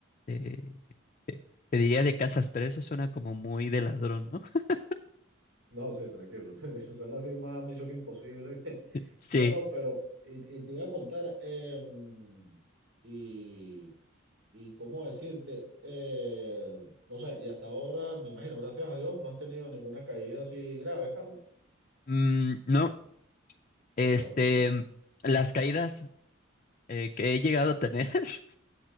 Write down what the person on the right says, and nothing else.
No, sí, tranquilo. <laughs> Suena así más Misión Imposible. <laughs>
No, no, pero y, y te iba a contar, em, y, y cómo decirte, eh, no sé, y hasta ahora, me imagino, gracias a Dios, no has tenido ninguna caída así grave, Carlos.
Qué bueno, qué bueno.